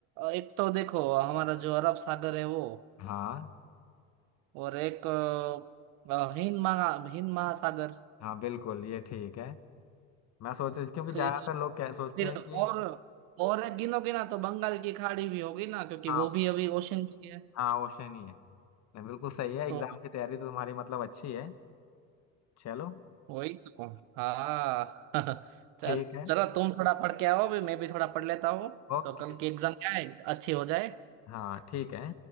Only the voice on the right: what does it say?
एक तो देखो हमारा जो अरब सागर है वो
और एक अ, अ, हिंद महा हिंद महासागर
फिर
फिर
और और एक गिनो गिना तो बंगाल की खाड़ी भी होगी ना क्योंकि
वो भी अभी ओशन में ही है
तो
वही तो हाँ <laughs> च-
चलो तुम थोड़ा पढ़ के आओ भी मैं भी थोड़ा पढ़ लेता हूँ
तो कल की एग्जाम क्या है अच्छी हो जाए